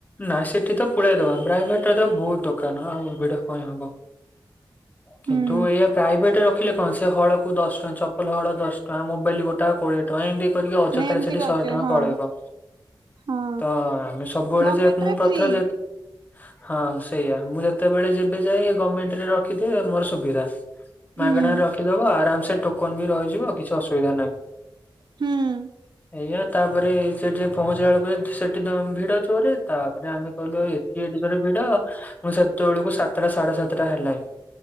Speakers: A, on the left; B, on the right.
A: ନା ସେଠି ତ ପଳାଇ ଦବା ବାଇଭଟରେ ତ ବହୁତ ଦୋକାନ ଆଉଟା କ ହବ। କିନ୍ତୁ
B: ହୁଁ
A: ଏଇା ପ୍ରାଇଭେଟରେ ରଖିଲେ କଣ, ସେ ହଳକୁ ଦଶ ଟଙ୍କା, ଚପଲ ହଳ ଦଶ ଟଙ୍କା, ମୋବାଇଲ ଗୋଟେ କୋଡିଏ ଟଙ୍କା ଏମିତି କରିକି ଅଯଥାରେ
B: ନାଇଁ ଏମିତି
A: ସେଠି
B: କରିଚେ
A: ଶହେ ଟଙ୍କା
B: ହଁ
A: ପଳେଇବ।
B: ହଁ
A: ତ ଆମେ ସବୁ <unintelligible>
B: ଗଭର୍ଣମେଣ୍ଟ ରେ ଫ୍ରି
A: ହଁ ସେଇଆ, ମୁଁ ଯେତେବେଳେ ଯେବେ ଯାଏ, ଗଭର୍ଣ୍ଣମେଣ୍ଟରେ ରି ମୋର ସୁବିଧା
B: ହୁଁ
A: ମାଗଣରେ ରଖିଦବ ଆରାମ ସେ ଟୋକନ ବି ରହିଯିବ କିଛି ଅସୁବିଧା ନାହିଁ।
B: ହଁ।
A: ଆଜ୍ଞା ତାପରେ ସେଠି ପହଞ୍ଚିଲା ବେଳକୁ ସେଠି ଭିଡ ଅଛି। ତୋରେ ତାପରେ ଆମେ କହିଲୁ ଏଠି ଏଠିକୋରେ ଭିଡ। ମୁଁ ସେତେବେଳକୁ ସାତଟା ସାଢେ ସାତଟା ହେଲାଣି।